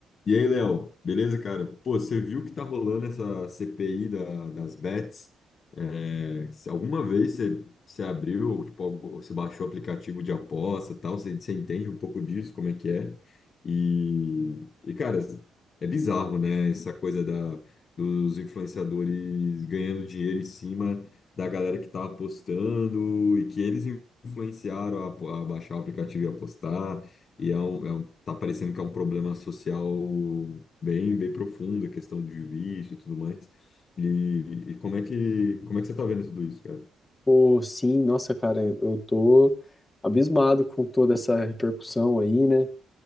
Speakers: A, on the left; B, on the left.
A: E aí, Léo, beleza, cara? Pô, você viu que tá rolando essa CPI da- das bets? É, se alguma vez você, você abriu, ou, tipo, algu- ou você baixou o aplicativo de aposta e tal, você, você entende um pouco disso, como é que é? E, e, cara, é bizarro, né? Essa coisa da, dos influenciadores ganhando dinheiro em cima da galera que tá apostando e que eles influenciaram a, apo- a baixar o aplicativo e apostar. E é um, é tá parecendo que é um problema social bem, bem profundo, a questão de vício e tudo mais. E, e como é que, como é que você tá vendo tudo isso, cara?
B: Pô, sim, nossa, cara, eu tô abismado com toda essa repercussão aí, né?